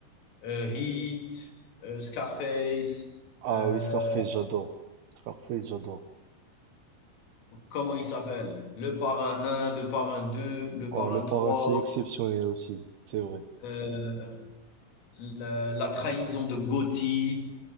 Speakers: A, on the left; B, on the right.
A: heu, Heat, heu, Scarface,
B: Ah
A: heu
B: oui, Scarface, j'adore. Scarface, j'adore.
A: Comment il s'appelle? Le parrain un, le parrain 2, le
B: Ah,
A: parrain
B: Le Parrain,
A: 3.
B: c'est exceptionnel aussi, c'est vrai.
A: euh, la, la trahison de Gotti.